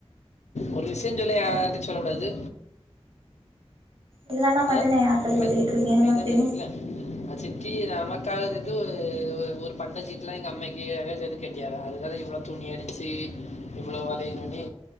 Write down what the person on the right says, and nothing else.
இல்லன்னா மட்டு
நா யார்ட்ட
சொல்லிட்ருக்கே
எல்லாத்தையு